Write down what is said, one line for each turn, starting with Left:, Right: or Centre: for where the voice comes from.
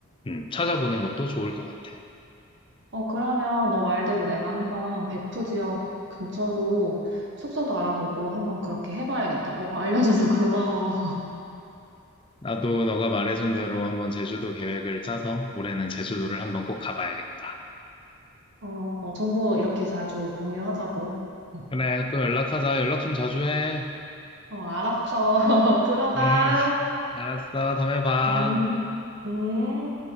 Left: 음, 찾아보는 것도 좋을 것 같아.
Right: 어, 그러면 너 말대로 내가 한번 배프 지역 근처로 숙소도 알아보고 한번 그렇게 해봐야겠다. 어, 알려줘서 <laughs> 고마워.
Left: 나도 너가 말해준 대로 한번 제주도 계획을 짜서 올해는 제주도를 한번 꼭 가봐야겠다.
Right: 어, 어, 정보 이렇게 자주 공유하자고. 응.
Left: 그래, 또 연락하자. 연락 좀 자주 해.
Right: 어, 알았어. <laughs> 들어가.
Left: 음, 알았어. 다음에 봐.
Right: 음, 음.